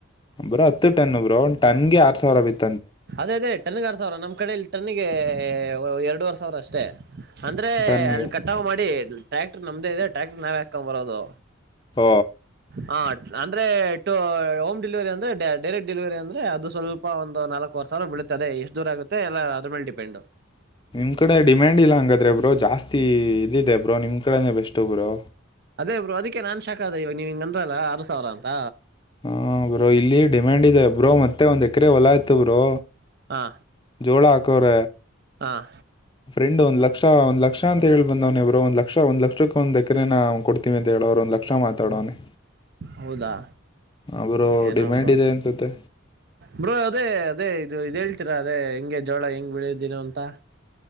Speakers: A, on the left; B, on the right.
A: ಒಬ್್ರರು ಹತ್ತು ಟನ್ಬ್ರು ಒನ್ ಟನ್ಗೆ ಆರ್ ಸಾವಿರ ಇತ್ತು
B: ಅದೇ ಅದೇ ಟನ್ನಗ ಆರ್ ಸಾವಿರ ನಮ್ ಕಡೆಲ್ಲಿ ಟನ್ನಿಗೆ ಎರಡುವರೆ ಸಾವಿರ ಅಷ್ಟೇ. ಅಂದ್ರೆ
A: ಟನ್ಗೆ
B: ಅಲ್ಲಿ ಕಟ್ಟವು ಮಾಡಿ ಟ್ರ್ಯಾಕ್ಟರ್ ನಮ್ದೇ ಇದೆ ಟ್ರ್ಯಾಕ್ಟರ್ ನಾವೇ ಹಾಕೊ ಬರೋದು
A: ಹ
B: ಹಾ ಅಂದ್ರೆ ಟ ಹೋಮ್ ಡಿಲಿವರಿ ಅಂದ್ರೆ ಡೈರೆಕ್ಟ್ ಡಿಲಿವರಿ ಅಂದ್ರೆ ಅದು ಸ್ವಲ್ಪ ಒಂದು ನಾಲ್ಕು ೋರ್ ಸವಿರಾ ಬಳತದೆ ಎಷ್ಟು ದೂರ ಆಗುತ್ತೆಲ್ಲ ಅದ್ರೇಲೆ ಡಿಪೆಂಡ್.
A: ನಿಮ್ ಕಡೆ ಡಿಮ್ಯಾಂಡ್ ಇಲ್ಲ ಹಂಗಾದ್ರೆ ಇಬ್್ರೋ ಜಾಸ್ತಿ ಇದಿದೆ ಬ್ರೋ ನಿಮ್ಮ ಕಡೆನೇ ಬೆಸ್ಟು ಬ್ರೋ
B: ಅದೇ ಬ್ರ ಅದಕ್ಕೆ ನಾನ್ ಶಾಕ್ ಅದ ಇವ ನೀವ್ ಹಿಂಗಂದಲ್ಲ ಆರು ಸಾವಿರ ಅಂತ
A: ಹಾ ಬ್ರೋ ಇಲ್ಲಿ ಡಿಮ್ಯಾಂಡ್ ಇದೆ ಬ್ರೋ ಮತ್ತೆ ಮತ್ತೆ ಒಂದ್ ಎಕರೆ ಹೊಲ ಇಯತ ಬರು
B: ಹಾ
A: ಜೋಳ ಹಾಕವ್ರ
B: ಹಾಂ
A: ಫ್ರೆಂಡ್ ಒಂದ ಲಕ್ಷ ಒಂದ್ ಲಕ್ಷ ಅಂತ ಹೇಳಿ ಬಂದವ್ನವಬ್ರು ಒಂದ್ ಲಕ್ಷ ಒಂದ್ ಲಕ್ಷಕ್ಕ ಒಂದ ಎಕರೆ ನ ಕೊಡ್ತೀವಿ ಅಂತ ಹೇಳಿ ಅವ್ ಒಂದ ಲಕ್ಷ ಮಾತಾಡವನನೆ
B: ಹೌದಾ
A: ಅವರು
B: ಏನೋ
A: ಡಿಮ್ಯಾಂಡ್
B: ಬ್ರೋ
A: ಇದೆ ಅನ್ಸುತ್ತೆ
B: ಬ್ರೋ ಅದೇ ಅದೇ ಇದು ಇದ್ ಹೇಳ್ತೀರಾ ಅದೇ ಹೆಂಗೆ ಜೋಳ ಹೆಂಗ್ ಬೆಳಿದ್ದೀನ ಅಂತ